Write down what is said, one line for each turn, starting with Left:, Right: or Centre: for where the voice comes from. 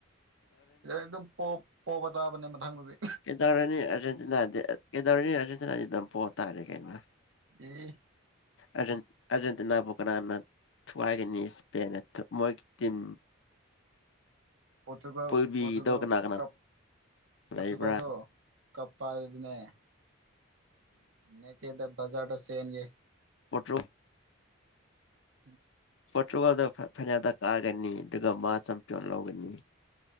Right: ꯑꯗꯨꯝ ꯄꯣꯞ ꯄꯣꯕ ꯇꯥꯕꯅꯦ ꯃꯊꯪꯗꯗꯤ
Left: ꯀꯩꯗꯧꯔꯨꯅꯤ ꯑꯥꯔꯖꯦꯟꯇꯤꯅꯥꯗꯤ ꯀꯩꯗꯧꯔꯨꯅꯤ ꯑꯥꯔꯖꯦꯟꯇꯤꯅꯥ ꯄꯣꯇꯥꯔꯦ ꯀꯩꯅꯣ
Right: ꯑꯦ
Left: ꯑꯔꯖꯦꯟ ꯑꯔꯖꯦꯟꯇꯤꯅꯥꯕꯨ ꯀꯅꯥꯅ ꯊꯨꯒꯥꯏꯒꯅꯤ <unintelligible> ꯃꯣꯏ ꯇꯤꯝ
Right: ꯄꯇꯨꯒꯜ
Left: ꯄꯨꯜꯕꯤꯗꯣ
Right: ꯄꯇꯨꯒꯜ
Left: ꯀꯅꯥ ꯀꯅꯥ
Right: ꯀꯞ ꯄꯇꯨꯒꯜꯗ
Left: ꯂꯩꯕ꯭ꯔꯥ
Right: ꯀꯞ ꯄꯥꯔꯗꯅꯦ ꯅ ꯀꯦꯗꯕ ꯕꯖꯥꯗ ꯁꯍꯟꯒꯦ
Left: ꯄꯠꯇ꯭ꯔꯣ
Right: ꯎꯝ
Left: ꯄꯣꯣꯔꯇꯨꯒꯜꯗ ꯐꯗ ꯀꯥꯒꯅꯤ ꯑꯗꯨꯒ ꯃꯥ ꯆꯝꯄꯤꯌꯣꯟ ꯂꯧꯒꯅꯤ